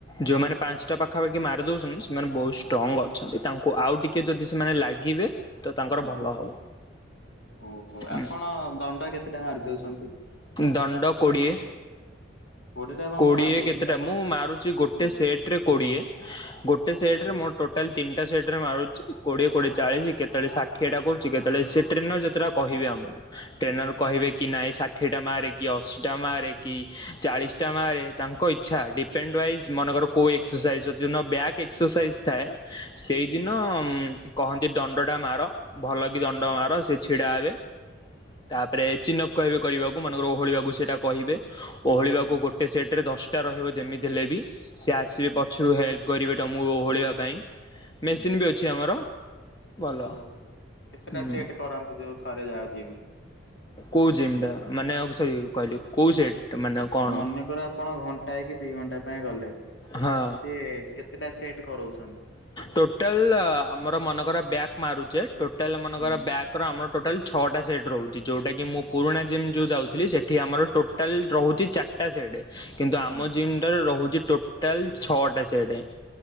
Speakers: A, on the left (about 20°); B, on the left (about 60°).
A: ଯୋଉମାନେ ପାଞ୍ଚଟା ପାଖାପାଖି ମାରି ଦଉଛନ୍ତି ସେମାନେ ବହୁତ ଷ୍ଟ୍ରଙ୍ଗ ଅଛନ୍ତି। ତାଙ୍କୁ ଆଉ ଟିକେ ଯଦି ସେମାନେ ଲାଗିବେ ତ ତାଙ୍କର
B: ହଁ
A: ଭଲ ହବ।
B: ଓହୋ
A: ହୁଁ।
B: ଆପଣ ଦଣ୍ଡ କେତେଟା ମାରି ଦଉଛନ୍ତି?
A: ଦଣ୍ଡ କୋଡ଼ିଏ
B: କୋଡିଏଟା ଦଣ୍ଡ
A: କୋଡିଏ
B: ମାରି ଦଉଛନ୍ତି
A: କେତେଟା
B: ଆପଣ
A: ମୁଁ ମାରୁଚି ଗୋଟେ
B: ହୁଁ
A: ସେଟ ରେ କୋଡିଏ। ଗୋଟେ ସେଟରେ
B: ଓହୋ।
A: ମୋ ଟୋଟାଲି ତିନ୍ ଟା ସେଟରେ ମାରୁଚି କୋଡିଏ କୋଡିଏ ଚାଳିଶି, କେତେବେଳେ ଷାଠିଏଟା କରୁଚି, କେତେବେଳେ ସେ ଟ୍ରେନର ଯେତେଟା କହିବେ ଆମକୁ ଟ୍ରେନର କହିବେ
B: ହୁଁ
A: କି ନାଇଁ ଷାଠିଏଟା ମାରେ କି ଅଶୀଟା ମାରେ କି ଚାଳିଶ ଶଟା ମାରେ ତାଙ୍କ ଇଚ୍ଛା। ଡିପେଣ୍ଡ ୱାଇଜ୍ ମନେକର କୋ ଏକ୍ସରସାଇଜ୍ ଯଦି ନ ବ୍ୟାକ୍ ଏକ୍ସରସାଇଜ୍ ଥାଏ ସେଇଦିନ
B: ହୁଁ
A: କହନ୍ତି ଦଣ୍ଡ ଟା ମାର। ଭଲ କି ଦଣ୍ଡ
B: ହୁଁ
A: ମାର ସେ ଛିଡ଼ା ହେବେ। ତାପରେ ଚିନ୍ଅପ୍ କହିବେ କରିବାକୁ। ମନେକର ଓହଳିବାକୁ ସେଇଟା କହିବେ ଓହଳିବାକୁ
B: ହୁଁ
A: ଗୋଟେ ସେଟରେ ଦଶଟା ରହିବ ଯେମିତି ହେଲେ ବି ସିଏ ଆସିବେ
B: ହୁଁ
A: ପଛରୁ ହେଲ୍ପ କରିବେ ତମକୁ ଓହଳିବା ପାଇଁ
B: ହୁଁ,
A: ମେସିନ ବି ଅଛି ଆମର ଭଲ।
B: ଓହୋ କେତେଟା
A: ହୁଁ
B: ସେଟ କରନ୍ତି, ଯୋଉ ଥରେ ଯାଅ ଜିମକୁ?
A: କୋଉ ଜିମ୍ ଟା ମାନେ ଆଉ ସରି କହିଲି କୋଉ ସେଟ ମାନେ କଣ?
B: ମନେକର ଆପଣ ଘଣ୍ଟାଏ କି ଦି ଘଣ୍ଟା ପାଇଁ ଗଲେ
A: ହଁ
B: ସିଏ କେତେଟା ସେଟ୍ କରଉଛ
A: ଟୋଟାଲ ଆମର ମନେକର ବ୍ୟାକ୍ ମାରୁଚେ, ଟୋଟାଲ ମନେକର
B: ହୁଁ
A: ବ୍ୟାକ୍ ର ଆମର ଟୋଟାଲ୍ ଛଅଟା ସେଟ୍ ରହୁଛି। ଯୋଉଟାକି ମୁଁ ପୁରୁଣା ଜିମ୍ ଯୋଉ ଯାଉଥିଲି ସେଠି ଆମର ଟୋଟାଲ୍ ରହୁଚି ଚାର ଟା ସେଟ୍। କିନ୍ତୁ ଆମ
B: ହୁଁ
A: ଜିମ୍ ଟାରେ ରହୁଛି ଟୋଟାଲ ଛଅଟା ସେଟେ।